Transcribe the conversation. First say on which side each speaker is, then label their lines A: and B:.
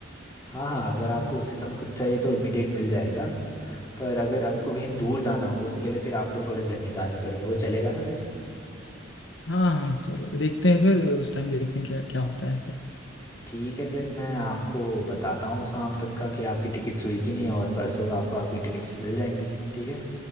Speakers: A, on the left; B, on the left.
A: हाँ हाँ अगर आपको उसी समय कुछ चाहिए तो इमिडिएट मिल जाएगा पर अगर आपको कहीं दूर जाना हो उसके लिए फिर आपको थोड़े दिन निकालने पड़ेंगे वो चलेगा ना फिर
B: हाँ हाँ चलो देखते हैं फिर उस टाइम देखते हैं क्या क्या होता है फिर
A: ठीक है फिर मैं आपको बताता हूँ शाम तक का कि आपकी टिकट्स हुई कि नहीं और परसों का आपको आपकी टिकट्स मिल जाएंगी ठीक है